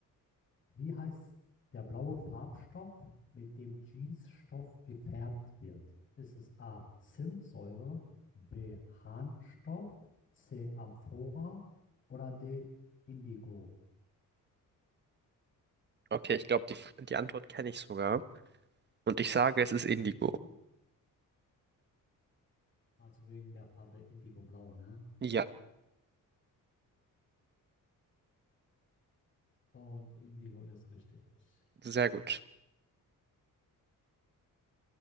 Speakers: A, on the left; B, on the right.
A: wie heißt der blaue Farbstoff, mit dem Jeansstoff gefärbt wird? Ist es A. Zimtsäure, B. Harnstoff, C. Amphora oder D. Indigo?
B: Okay, ich glaube, die, die Antwort kenne ich sogar. Und ich sage, es ist Indigo.
A: Mhm. Also wegen der Farbe Indigo-Blau, ne?
B: Ja,
A: Und Indigo ist richtig.
B: sehr gut.